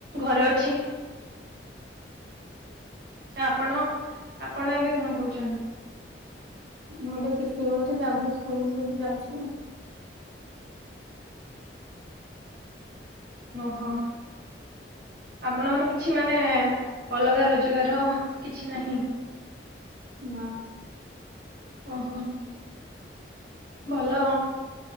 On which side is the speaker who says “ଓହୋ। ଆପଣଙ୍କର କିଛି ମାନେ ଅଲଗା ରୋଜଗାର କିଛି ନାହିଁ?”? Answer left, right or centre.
Right